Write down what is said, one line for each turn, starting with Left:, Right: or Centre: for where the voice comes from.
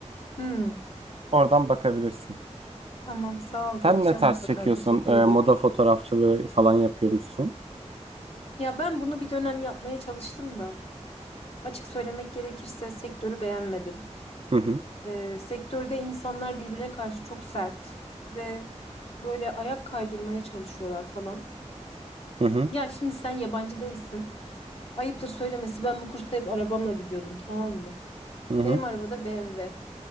Left: Hmm.
Right: Oradan bakabilirsin.
Left: Tamam sağ ol.
Right: Sen
Left: Bakacağım
Right: ne tarz
Left: mutlaka.
Right: çekiyorsun?
Left: Teşekkür
Right: E,
Left: ederim.
Right: moda fotoğrafçılığı falan yapıyor musun?
Left: Ya ben bunu bir dönem yapmaya çalıştım da. Açık söylemek gerekirse sektörü beğenmedim.
Right: Hı hı.
Left: Ee, sektörde insanlar birbirine karşı çok sert ve böyle ayak kaydırmaya çalışıyorlar falan.
Right: Hı hı.
Left: Ya şimdi sen yabancı değilsin. Ayıptır söylemesi ben bu kursa hep arabamla gidiyordum tamam mı?
Right: Hı hı.
Left: Benim arabada BMW.